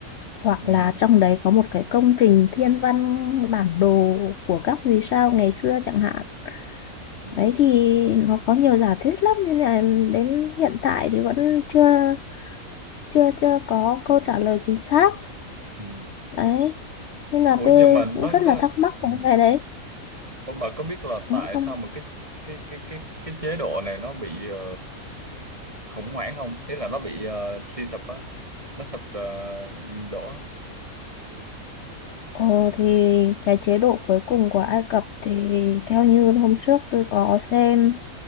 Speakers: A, on the left (about 60°); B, on the right (about 20°).
A: hoặc
B: ừ
A: là trong đấy có một cái công trình thiên văn bản đồ của các vì sao ngày xưa chẳng hạn
B: ừ
A: đấy thì nó có nhiều giả thuyết lắm nên là đến hiện tại thì vẫn chưa chưa chưa có câu trả lời chính xác
B: ừ
A: đấy nên là
B: ủa
A: tôi
B: nhưng mà nó
A: cũng rất là
B: có
A: thắc mắc
B: ừ.
A: về cái đấy
B: Ủa, bà có biết là
A: Ừ,
B: tại
A: Trong
B: sao mà cái cái cái cái cái chế độ này nó bị ờ, khủng hoảng không thế là nó bị ờ, suy sụp á nó sụp ờ, đổ
A: ờ, thì cái chế độ cuối cùng của Ai Cập thì theo như hôm trước tôi có xem